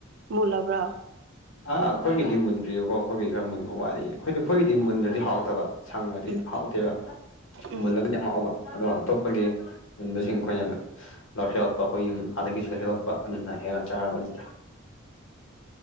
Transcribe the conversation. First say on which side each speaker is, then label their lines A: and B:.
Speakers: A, on the right; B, on the left.
A: ꯃꯨꯜꯂꯕ꯭ꯔꯣ
B: ꯑꯥ ꯑꯩꯈꯣꯏꯒꯤꯗꯤ ꯃꯨꯟꯗ꯭ꯔꯤꯑꯀꯣ ꯑꯩꯈꯣꯏꯒꯤ ꯈꯔ ꯃꯨꯟꯕ ꯋꯥꯠꯂꯤ ꯑꯩꯈꯣꯏ ꯑꯩꯈꯣꯏꯒꯤꯗꯤ ꯃꯨꯟꯗ꯭ꯔꯗꯤ ꯍꯥꯎꯇꯕ ꯁꯪꯉꯗꯤ
A: ꯎꯝ
B: ꯍꯥꯎꯇꯦꯕ ꯍꯃꯜꯂꯒꯗꯤ
A: ꯎꯝ
B: ꯑꯃ ꯍꯥꯎꯕ ꯑꯗꯣ ꯑꯇꯣꯞꯄꯒꯤ ꯍꯟꯕꯁꯤꯡ ꯑꯩꯈꯣꯏꯅ ꯂꯧꯁꯤꯜꯂꯛꯄ ꯑꯩꯈꯣꯏ ꯌꯨꯝ ꯑꯥꯗꯒꯤꯁꯨ ꯂꯧꯁꯤꯜꯂꯛꯄ ꯑꯗꯨꯅ ꯍꯦꯟꯅ ꯆꯥꯔꯕꯅꯤꯗ